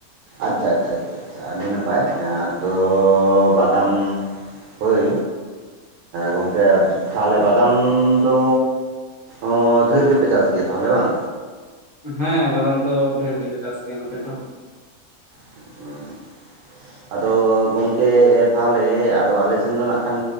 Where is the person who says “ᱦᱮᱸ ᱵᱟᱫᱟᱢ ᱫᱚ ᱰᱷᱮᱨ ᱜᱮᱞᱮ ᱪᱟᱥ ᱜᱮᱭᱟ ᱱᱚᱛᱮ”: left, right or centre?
Right